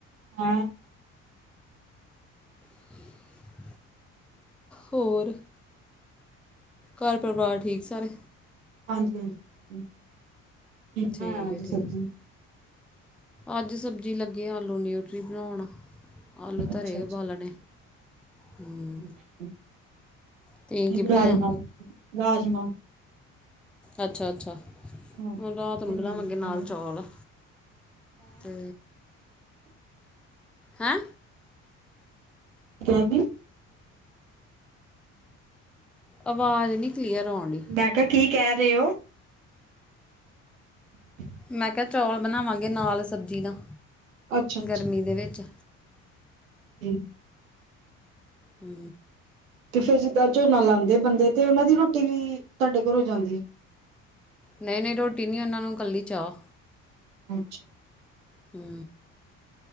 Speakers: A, on the right (about 85°); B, in the centre.
A: ਹੈਂ
B: <unintelligible> ਹੋਰ ਘਰ ਪਰਿਵਾਰ ਠੀਕ ਸਾਰੇ
A: ਹਾਂਜੀ ਹਾਂਜੀ ਕੀ ਬਣਾਇਆ
B: ਠੀਕ
A: ਅੱਜ
B: ਹੈ
A: ਸਬਜ਼ੀ?
B: ਠੀਕ ਅੱਜ ਸਬਜ਼ੀ ਲੱਗੇ ਆਲੂ ਨਿਊਟਰੀ ਬਣਾਉਣ ਆਲੂ ਧਰੇ
A: ਅੱਛਾ
B: ਐ
A: ਅੱਛਾ
B: ਉਬਾਲਣੇ ਹੂ
A: ਨਹੀਂ
B: ਤੇ ਕੀ ਬਣਾਇਆ
A: ਰਾਜਮਾ ਰਾਜਮਾ
B: ਅੱਛਾ ਅੱਛਾ
A: ਹੈਂ
B: ਹੁਣ ਰਾਤ ਨੂੰ
A: ਕਿਆ
B: ਬਲਾਵਾਂਗੇ ਨਾਲ ਚੌਲ ਤੇ ਹੈਂ
A: ਕੇਹਾ ਕੀ
B: ਆਵਾਜ਼ ਨਹੀਂ ਕਲੀਅਰ ਆਉਣ ਡਈ
A: ਮੈਂ ਕਿਆ ਕੀ ਕਹਿ ਰਹੇ ਓ? <inaudible>
B: ਮੈਂ ਕਿਆ ਚੌਲ ਬਨਾਵਾਂਗੇ ਨਾਲ ਸਬਜ਼ੀ ਨਾ,
A: ਅੱਛਾ ਅੱਛਾ
B: ਗਰਮੀ ਦੇ ਵਿੱਚ
A: ਜੀ।
B: ਹੂ
A: ਤੇ ਫਿਰ ਜਿਦਾ ਝੋਨਾ ਲਾਦੇ ਬੰਦੇ ਤੇ, ਉਨਾਂ ਦੀ ਰੋਟੀ ਵੀ ਤੁਹਾਡੇ ਘਰੋ ਜਾਂਦੀ?
B: ਨਈ, ਨਈ ਰੋਟੀ ਨਈ, ਉਨਾਂ ਨੂੰ ਕੱਲੀ ਚਾਹ।
A: ਅੱਛਾ।
B: ਹੂ